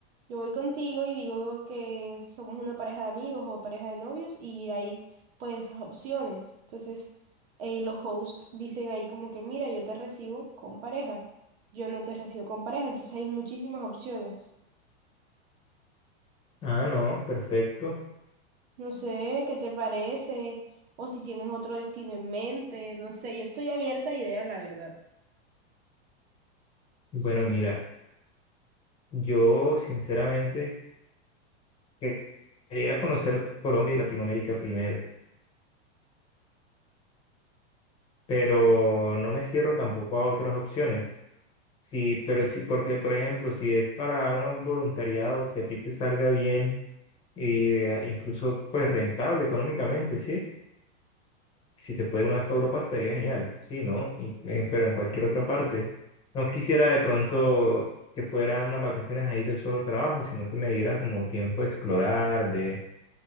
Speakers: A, on the right; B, on the left.
A: yo voy contigo y digo que somos una pareja de amigos o pareja de novios y hay pues esas opciones. Entonces, eh, los hosts dicen ahí como que, mira, yo te recibo con pareja, yo no te recibo con pareja, entonces hay muchísimas opciones.
B: Ah, no, perfecto.
A: No sé, ¿qué te parece? O si tienes otro destino en mente, no sé, yo estoy abierta a ideas, la verdad.
B: Bueno, mira, yo sinceramente que- quería conocer Colombia y Latinoamérica primero, pero no me cierro tampoco a otras opciones. Sí, pero sí, porque por ejemplo, si es para una- un voluntariado, si a ti te salga bien y eh, incluso pues rentable económicamente, ¿sí? Si se puede una vez a Europa, estaría genial, sí, ¿no? Y- eh, pero en cualquier otra parte. No quisiera de pronto que fuera unas vacaciones ahí de solo trabajo, sino que me diera como tiempo de explorar, de...